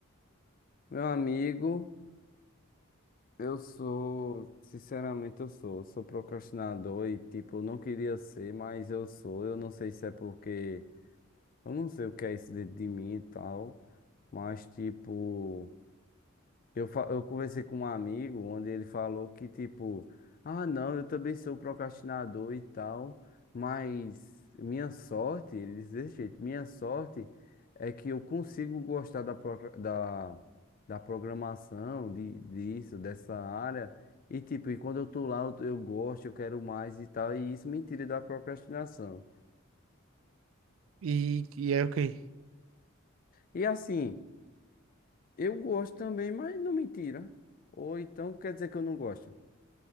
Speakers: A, on the left; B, on the right.
A: Meu amigo, eu sou, sinceramente eu sou, eu sou procrastinador e tipo, eu não queria ser, mas eu sou. Eu não sei se é porque, eu não sei o que é isso dentro de mim e tal, mas tipo. Eu, fa- eu conversei com um amigo onde ele falou que, tipo, ah, não, eu também sou procrastinador e tal, mas minha sorte, ele diz desse jeito, minha sorte é que eu consigo gostar da, progra- da, da programação, de, disso, dessa área, e, tipo, e quando eu tô lá, eu, eu gosto, eu quero mais e tal, e isso me tira da procrastinação.
B: E, e é o quê?
A: E assim, eu gosto também, mas não me tira. Ou então quer dizer que eu não gosto.